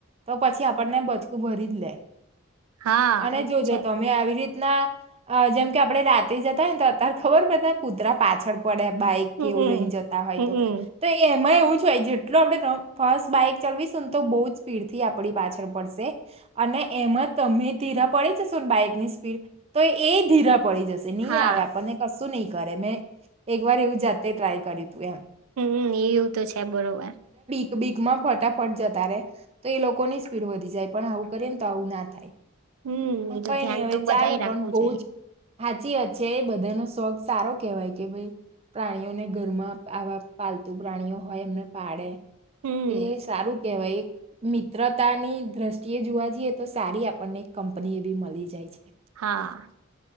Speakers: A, on the right; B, on the right.
A: તો પછી આપણને બચકું ભરી જ લે.
B: હા
A: અને
B: એ તો
A: જોજો
B: છે
A: તમે આવી રીત તના જેમ કે આપડે રાતે જતા હોય ને તો અતાર ખબર બધા કૂતરા પાછળ પડે બાઈક
B: હમમ
A: કેવું લઈને જતા હોય
B: હમમ
A: તો તો એમાં એવું જ હોય જેટલો આપડે <unintelligible> ફાસ બાઈક ચલવીશું ન તો બહુ જ સ્પીડ થી આપણી પાછળ પડશે. અને એમાં તમે ધીરા પડી જશો ન બાઈક ની સ્પીડ તો એ ધીરા પડી જશે. તો નહી
B: હા
A: આવે આપણને કશું નહી કરે મેં એક વાર એવું જાતે ટ્રાય કર્યું તું એમ.
B: હમ એવું તો છે બરોબર.
A: તો બીગમાં ફટાફટ જતા રે તો એ લોકોની સ્પીડ વધી જાય પણ આવું કરીએ ન તો આવું ના થાય.
B: હમમ
A: પણ
B: એ તો
A: કઈ
B: ધ્યાન
A: નઈ હવે
B: તો બધાએ
A: ચાલે
B: રાખવું
A: પણ બહુ
B: જોઈએ
A: જ ચી વાત છે એ બધાનો શોખ સારો કેહેવાય કે ભઈ પ્રાણીઓને ઘરમાં આવા પાલતુ પ્રાણીઓ હોય એમને પાડે.
B: હમમ
A: એ સારું કેહેવાય એ. મિત્રતાની દ્રષ્ટિએ જોવા જઈએ તો સારી આપણને કંપની એ બી મલી જાય છે.
B: હા.